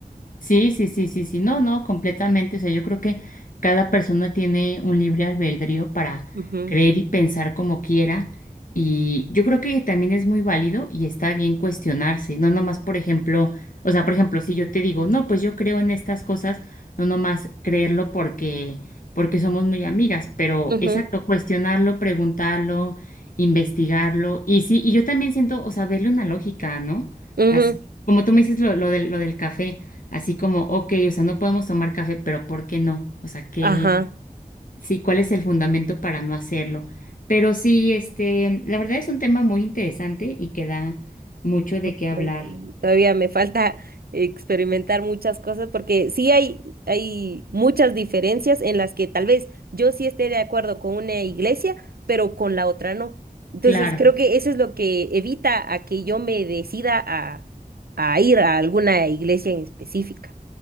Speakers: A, on the left (about 60°); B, on the right (about 80°).
A: Sí, sí, sí, sí, sí, no, no, completamente. O sea, yo creo que cada persona tiene un libre albedrío para
B: Ujú,
A: creer y pensar como quiera. Y yo creo que también es muy válido y está bien cuestionarse. No nomás, por ejemplo, o sea, por ejemplo, si yo te digo, no, pues yo creo en estas cosas, no nomás creerlo porque, porque somos muy amigas, pero
B: ujú.
A: exacto, cuestionarlo, preguntarlo, investigarlo. Y sí, y yo también siento, o sea, verle una lógica, ¿no?
B: Ujú,
A: Así, como tú me dices lo, lo del, lo del café, así como, ok, o sea, no podemos tomar café, pero ¿por qué no? O sea, qué
B: Ajá,
A: sí, ¿cuál es el fundamento para no hacerlo? Pero sí, este, la verdad es un tema muy interesante y que da mucho de qué
B: yo
A: hablar.
B: también. todavía me falta experimentar muchas cosas porque sí hay, hay muchas diferencias en las que tal vez yo sí esté de acuerdo con una iglesia, pero con la otra no. Entonces
A: Claro,
B: creo que eso es lo que evita a que yo me decida a, a ir a alguna iglesia en específica.